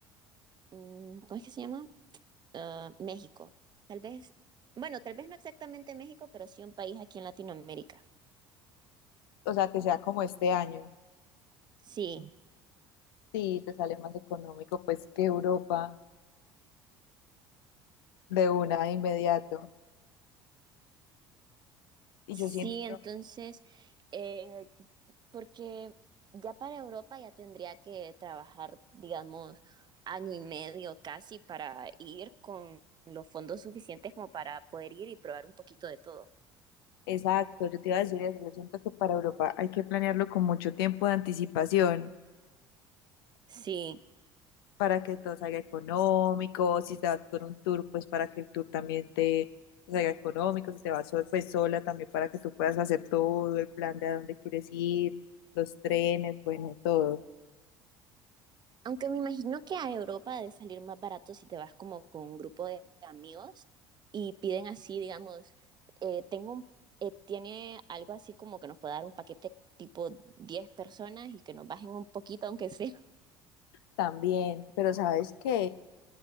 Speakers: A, on the right; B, on the left.
A: mm, ¿cómo es que se llama? Ah, México. Tal vez, bueno, tal vez no exactamente México, pero sí un país aquí en Latinoamérica.
B: O sea, que sea como este año.
A: Sí,
B: Sí, te sale más económico, pues, que Europa de una de inmediato. Y
A: sí,
B: yo siento
A: entonces, eh, porque ya para Europa ya tendría que trabajar, digamos, año y medio casi para ir con los fondos suficientes como para poder ir y probar un poquito de todo.
B: Exacto, yo te iba a decir eso. Yo siento que para Europa hay que planearlo con mucho tiempo de anticipación
A: Sí.
B: para que todo salga económico. Si te vas con un tour, pues para que el tour también te salga económico. Si te vas sol- pues sola también para que tú puedas hacer todo el plan de a dónde quieres ir, los trenes, bueno, todo
A: Aunque me imagino que a Europa ha de salir más barato si te vas como con un grupo de amigos y piden así, digamos, eh, tengo un- eh, tiene algo así como que nos pueda dar un paquete tipo 10 personas y que nos bajen un poquito, aunque sea. <laughs>
B: también. Pero sabes que,